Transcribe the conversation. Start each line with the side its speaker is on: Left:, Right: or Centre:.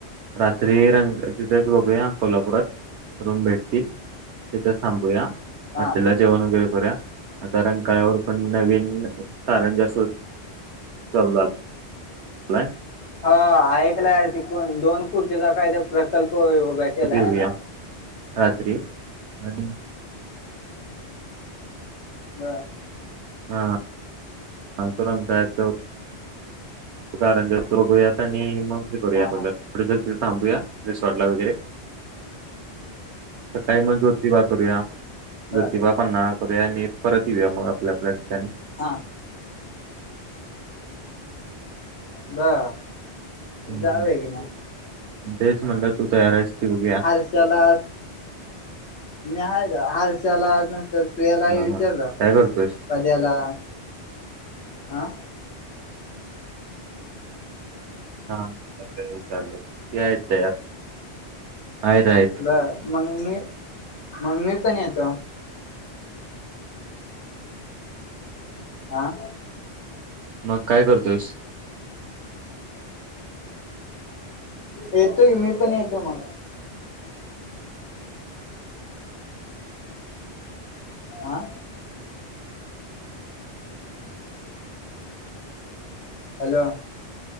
Right: रात्री रंक तिथेच बघूया कोल्हापुरात रूम भेटतील. तिथं थांबुया
Left: हा.
Right: हॉटेलला जेवण वगैरे करूया कारण काळ्यावर पण नवीन कारंजा सुरू चालु झालं लाय
Left: ह ऐकला अरं तिथं दोन कोटीचा कायदा प्रकल्प उभा
Right: तो
Left: केलाय
Right: घेऊया
Left: आहे ना!
Right: रात्री आणि
Left: ह
Right: हा हा तुरंग कायच कारण तोघूयात आणि मग हे करूया
Left: हा हा
Right: थांबूया रिसॉर्ट ला वगैरे सकाळी मग जोतिबा करूया
Left: बर
Right: ज्योतिबापांना करूया आणि परत येऊया मग आपल्या आपल्या ठिकाणी
Left: हा बा
Right: हम्म.
Left: जावे क मग
Right: तेच म्हणलं तू तयार आहेस की बघूया
Left: हर्षला मे हय हारसला अनंत तर सुयालाही
Right: हा
Left: विचारलं
Right: हा काय करतोयस?
Left: पद्याला हा
Right: हा चालेल चाललेल या आहेत तयार आहेत आहेत
Left: ब मग मी मग मी पण येतो आह
Right: मग काय करतोयस
Left: येतोय मी पण येतो मग आं हॅलो